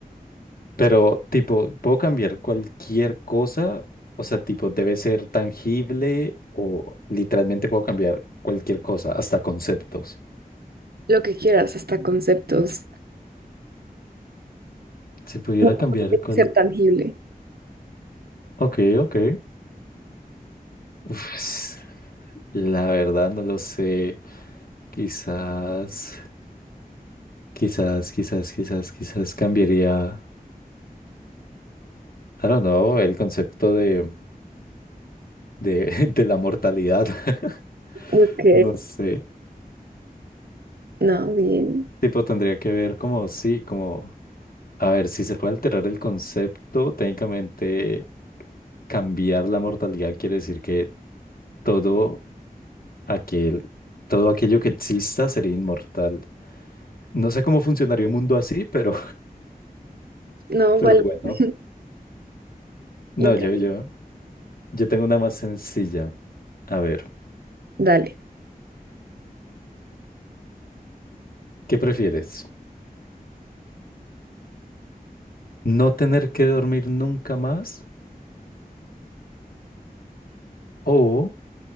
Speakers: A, on the left (about 70°); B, on the right (about 80°).
A: pero, tipo, ¿puedo cambiar cualquier cosa? O sea, tipo, ¿debe ser tangible o literalmente puedo cambiar cualquier cosa, hasta conceptos?
B: lo que quieras, hasta conceptos.
A: Si pudiera
B: No no
A: cambiar
B: tiene
A: cual...
B: que ser tangible.
A: Ok, ok. Uf, la verdad no lo sé. Quizás, quizás, quizás, quizás, quizás cambiaría, I don't know, el concepto de, de, <laughs> de la mortalidad. <laughs>
B: Ok,
A: No sé.
B: no, bien.
A: Tipo, tendría que ver como, sí, como, a ver, si se puede alterar el concepto, técnicamente cambiar la mortalidad quiere decir que todo aquel, todo aquello que exista sería inmortal. No sé cómo funcionaría un mundo así, pero,
B: No,
A: <laughs> pero
B: vale.
A: bueno.
B: <laughs>
A: No,
B: Inter-
A: yo, yo. Yo tengo una más sencilla. A ver,
B: Dale.
A: ¿qué prefieres? ¿No tener que dormir nunca más o